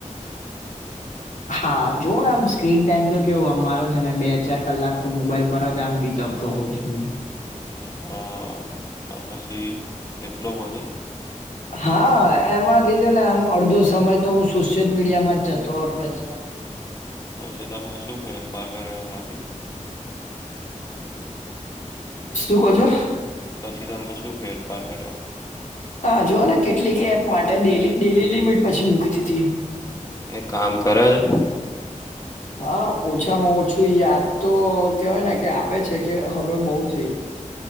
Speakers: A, on the left; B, on the left.
A: હા જોને આમ સ્ક્રીન ટાઈમ તો કેવું અમારો જને બે ચાર કલાક તો મોબાઈલ પર જ આમ રીત આપતો હોઉ છું
B: હા તો પછી એટલો બધો
A: હા એમાંથી છે ને આમ અડધો સમય તો હું સોશિયલ મીડિયા માં જતો હો જ હ
B: પછી તમે શું ફેરફાર કર્યો એમાંથી
A: શું ક છો
B: પછી તમે શું ફેરફાર કર્યો
A: હા જુઓ ને કેટલીક એપ માટે ડે ડેલી લિમિટ પછી મૂકી તી હતીી
B: એક કામ કરે છે
A: હા ઓછામાં ઓછું યાદ તો કેવાય ને કે આપે છે કે હવે બઉુ થઈ ગયું